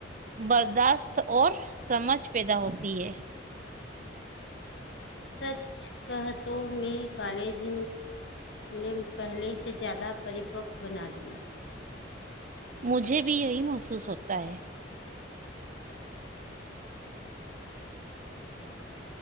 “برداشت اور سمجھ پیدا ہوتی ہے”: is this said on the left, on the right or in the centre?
Right